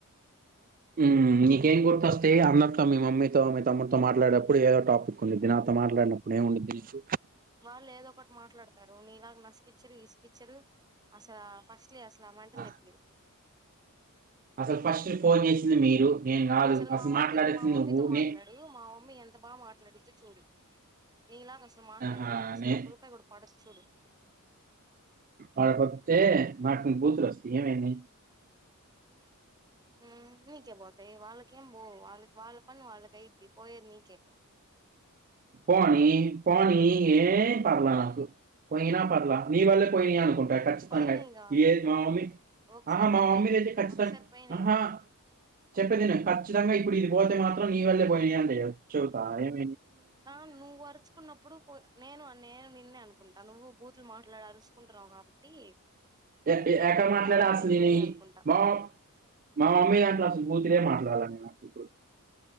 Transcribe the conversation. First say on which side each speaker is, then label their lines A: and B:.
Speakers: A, on the right; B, on the right.
A: మీ నీకేం గుర్తొస్తాయి అందరితో మీ మమ్మీతో మీ తమ్ముడితో మాట్లాడేప్పుడు ఏదో టాపిక్ ఉండుది. నాతో మాట్లాడినప్పుడు ఏం ఉండుది నీకు.
B: వాళ్ళు ఏదో మాట్లాడతారు నీలాగా నసుకిచ్చరు ఇసుకిచ్చరు అసలు ఫస్ట్ అసల మంటలేప్పరు
A: ఆ, అసలు ఫస్ట్ ఫోన్ చేసింది మీరు నేను కాదు
B: అసలు మా మమ్మీ
A: మాట్లాడేసింది
B: మా మమ్మీతో
A: నువ్వు
B: మాట్లాడు
A: నే
B: మా మమ్మీ ఎంత బాగా మాట్లా ట్లాడించు చూడు నీ ఇలాగా అసలు మాట్లాడదు
A: ఆహా,
B: నీకు అసలు
A: నే
B: ఒక్క రూపాయి కూడా పడద్ చూడు
A: పడకపోతే నాకొన్ని బూతులు వస్తాయి ఏమ ని
B: హ నీకే పోతయి వాళ్ళకి ఏం పోవ్ వాళ్ళకి వాళ్ళ పని వాళ్ళ కైది పోయేది నీకే
A: పోనీ పోనీ ఏం పర్లా నాకు పోయినా పర్లా నీ వళ్లే పోయినాయి అను ంటాయి ఖచ్చితంగా
B: పోయినాయిగా
A: మా మమ్మీ
B: ఒకసారి
A: ఆహా మా
B: పోయినాయి
A: మమ్మీద అయితే ఖచ్చితంగా
B: ఒకసారి పోయినాయిగా
A: ఆహా చెప్పేది ఇను ఖచ్చితంగా ఇప్పుడు ఇది పోతే మాత్రం నీ వల్లే పోయినయి అంట ఏమ
B: ఆ నువ్వు పరుచుకున్నప్పుడు నేను నేను నిన్నే అనుకుంట త ను్వు బూతులు మాట్లాడ అరుసుకుంటున్నావు కాబట్టి
A: ఎంటి
B: గట్టి
A: ఎట్ల
B: గట్టిగా
A: మాట్లాడ
B: నీ
A: అసలి
B: వల్ల పోయినాయి అనుకుంటా
A: మా మా మమ్మీ ఎట్ బూతిలే మాట్లా చాలసపో